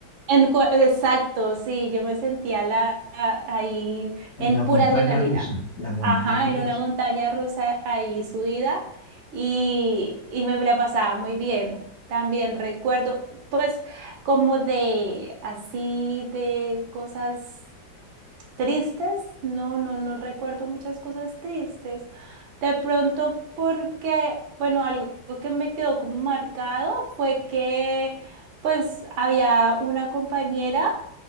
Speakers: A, on the right; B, on the left.
A: en cua- exacto, sí, yo me sentía la, a- ahí
B: en
A: en
B: la montaña
A: pura adrenalina.
B: rusa, la montaña
A: Ajá, en
B: rusa.
A: una montaña rusa ahí subida y, y me la pasaba muy bien. También recuerdo, pues, como de así de cosas. Tristes, no, no, no recuerdo muchas cosas tristes. De pronto porque, bueno, algo que me quedó como marcado fue que pues había una compañera,